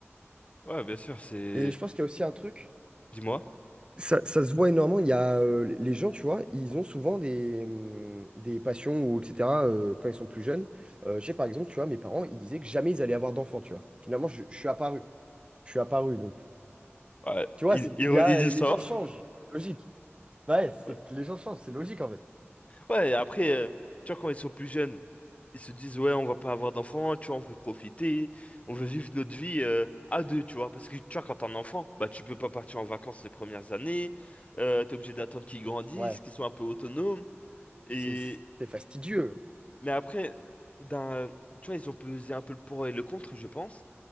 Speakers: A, on the left; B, on the right.
A: Ouais, bien sûr, c'est...
B: Et je pense qu'il y a aussi un truc,
A: Dis-moi.
B: ça, ça se voit énormément, il y a euh, les gens, tu vois, ils ont souvent des, hum, des passions ou etc. euh, quand ils sont plus jeunes. Euh, je sais par exemple, tu vois, mes parents, ils disaient que jamais ils allaient avoir d'enfants, tu vois. Finalement, je, je suis apparu. Je suis apparu, donc.
A: Ouais,
B: Tu vois,
A: i-
B: c'est
A: ironie
B: qu'il y a,
A: du
B: les
A: sort.
B: gens changent, c'est logique. Ouais, c'est
A: Ouais,
B: que les gens changent, c'est logique en fait.
A: Ouais, et après, euh, tu vois, quand ils sont plus jeunes, ils se disent, ouais, on va pas avoir d'enfants, tu vois, on veut profiter, on veut vivre notre vie euh, à deux, tu vois. Parce que, tu vois, quand t'es un enfant, bah, tu peux pas partir en vacances les premières années, euh, t'es obligé d'attendre qu'ils grandissent,
B: Ouais.
A: qu'ils soient un peu autonomes. Et,
B: Puis C'est c'est fastidieux.
A: Mais après, d'un, tu vois, ils ont pesé un peu le pour et le contre, je pense.